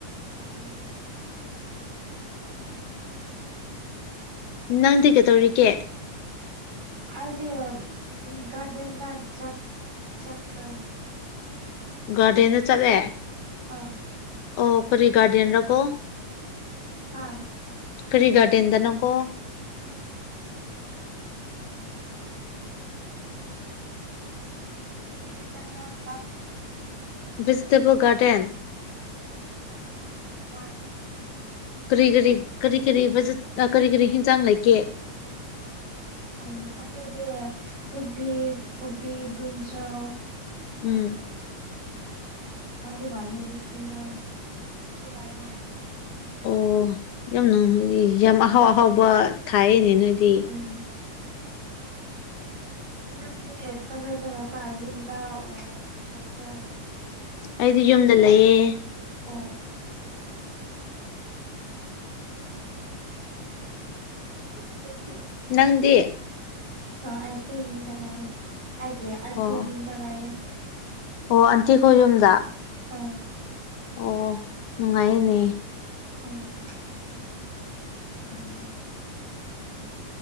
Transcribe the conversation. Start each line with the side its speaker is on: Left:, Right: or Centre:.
Right: ꯎꯝ
Left: ꯅꯪꯗꯤ ꯀꯩꯗꯧꯔꯤꯒꯦ
Right: ꯑꯗꯨꯗꯤ ꯎ ꯒꯥꯗꯦꯟꯗ ꯆ ꯆꯀ꯭ꯔ
Left: ꯒꯥꯔꯗꯦꯟꯗ ꯆꯠꯂꯦ
Right: ꯑꯥ
Left: ꯑꯣ ꯈꯣꯏꯔꯤꯒꯒꯥꯔꯗꯤꯌꯟ ꯔꯀꯣ
Right: ꯍꯥ
Left: ꯀꯔꯤ ꯒꯥꯔꯗꯦꯟꯗ ꯅꯪꯀꯣ
Right: <unintelligible>
Left: ꯕꯤꯖꯇꯦꯕꯜ ꯒꯥꯔꯗꯦꯟ꯫
Right: ꯍꯣꯏ꯫
Left: ꯀꯔꯤ ꯀꯔꯤ ꯀꯔꯤ ꯀꯔꯤ ꯕꯖꯠ ꯀꯔꯤ ꯀꯔꯤ ꯍꯤꯟꯖꯥꯡ ꯂꯩꯒꯦ꯫
Right: ꯑ ꯑꯩꯈꯣꯏꯗꯤ ꯀꯣꯕꯤ ꯀꯣꯕꯤ ꯕ꯭ꯔꯤꯟꯖꯥꯜ
Left: ꯎꯝ꯫
Right: ꯑꯜꯗꯨꯚꯔꯦ ꯗꯤꯁ ꯐꯒꯔ ꯁ ꯂꯑꯦ
Left: ꯑꯣ ꯌꯥꯝ ꯅꯨꯡ ꯌꯥꯝ ꯑꯍꯥꯎ ꯑꯍꯥꯎꯕ ꯊꯥꯏꯌꯦꯅꯦ ꯅꯣꯏꯗꯤ
Right: ꯎꯝ ꯅꯪꯒꯤ ꯀꯗꯗ ꯂꯩꯕ ꯌꯨꯝꯗꯥ ꯑꯣ ꯐꯁ
Left: ꯑꯩꯗꯤ ꯌꯨꯝꯗ ꯂꯩꯌꯦ
Right: ꯑ <unintelligible>
Left: ꯅꯪꯗꯤ
Right: ꯑ ꯑꯩꯁꯨ ꯌꯨꯝꯗ ꯂꯥꯌꯦ ꯑꯩꯒꯤ ꯑꯟꯇꯤ
Left: ꯑꯣ
Right: ꯌꯨꯝꯗ ꯂꯩꯌꯦ꯫
Left: ꯑꯣ ꯑꯟꯇꯤꯈꯣꯏ ꯌꯨꯝꯗ꯫
Right: ꯑꯥ
Left: ꯑꯣ ꯅꯨꯡꯉꯥꯏꯅꯤ꯫
Right: ꯑꯝ꯫ ꯎꯝ꯫